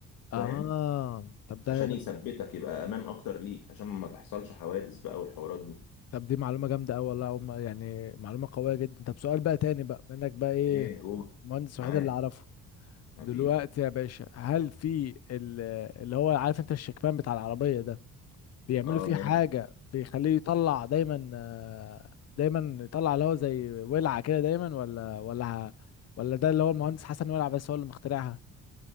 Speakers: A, on the left (about 75°); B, on the left (about 50°).
A: فاهم
B: اه طب ده
A: عشان يثبتك يبقى امان اكتر ليك عشان ما تحصلش حوادث بقى والحوارات دي
B: طب دي معلومة جامدة أوي والله أول ما- يعني معلومة قوية جدا طب سؤال بقى تاني بقى منك بقى إيه
A: ايه جوه
B: المهندس
A: معاك
B: الوحيد اللي أعرفه دلوقتي
A: حبيبي
B: يا باشا هل في ال- اللي هو عارف أنت الشكمان بتاع العربية ده بيعملوا
A: اه
B: فيه
A: ماشي.
B: حاجة بيخليه يطلع دايما آه، دايما يطلع اللي هو زي ولعة كده دايما ولا ولا ولا ده اللي هو المهندس حسن ولع بس هو اللي مخترعها